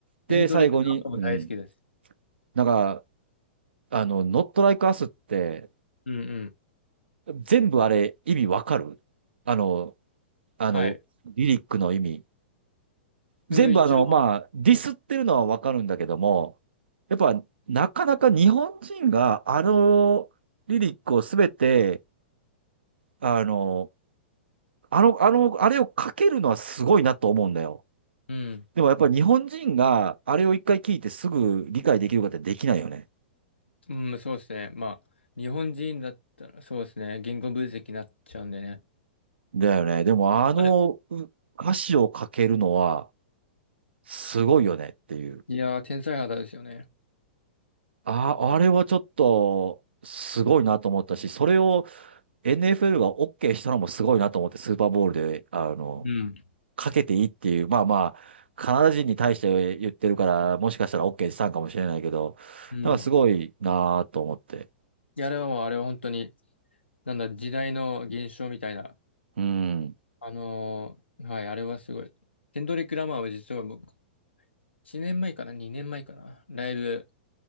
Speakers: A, on the right (about 75°); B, on the left (about 85°).
A: で、
B: ヘンドリック・
A: 最後に、
B: ランプも大好きです。
A: うん。なんか、あの、ノット・ライク・アスって、
B: うんうん。
A: 全部あれ、意味わかるあの、あの、
B: はい。
A: リリックの意味。全部あの、
B: うん、一応、
A: まあ、ディスってるのはわかるんだけども、やっぱ、なかなか日本人があのリリックをすべて、あの、あの、あの、あれを書けるのはすごいなと思うんだよ。
B: うん、
A: でもやっぱり日本人があれを一回聞いてすぐ理解できるかってできないよね。
B: うん、そうですね。まあ、日本人だったらそうですね。言語分析になっちゃうんでね。
A: だよね。でもあのう歌詞を書けるのは
B: あれ、
A: すごいよねっていう。
B: いやー、天才肌ですよね。
A: あ、あれはちょっとすごいなと思ったし、それを NFL が OK したのもすごいなと思って、スーパーボールで、あの、
B: うん。
A: かけていいっていう、まあまあ、カナダ人に対して言ってるから、もしかしたら OK したんかもしれないけど、
B: うん。
A: なんかすごいなぁと思って。
B: いや、あれはもう、あれは本当に、なんだ、時代の現象みたいな。
A: うん。
B: あのーはい、あれはすごい。ケンドリック・ラマーは実は僕、1年前かな、2年前かな、ライブ、